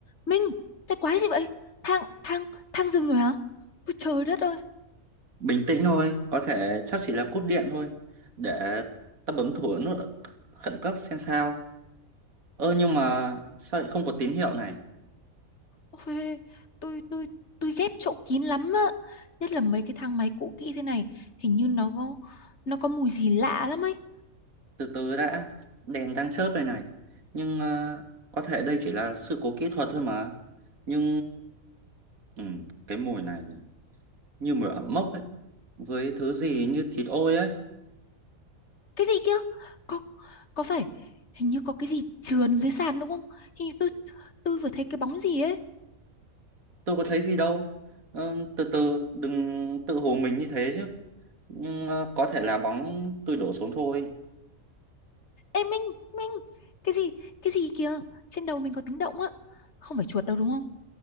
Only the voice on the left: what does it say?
Minh, cái quái gì vậy? Thang, thang, thang dừng rồi hả? Ôi trời đất ơi,
Ôi, tôi, tôi, tôi ghét chỗ kín lắm á. Nhất là mấy cái thang máy cũ kỹ thế này, hình như nó có, nó có mùi gì lạ lắm ấy.
Cái gì kia? Có, có phải, hình như có cái gì trườn dưới sàn đúng không? Hình như tôi, tôi vừa thấy cái bóng gì ấy.
Ê Minh, Minh, cái gì, cái gì kìa? Trên đầu mình có tiếng động á. Không phải chuột đâu đúng không?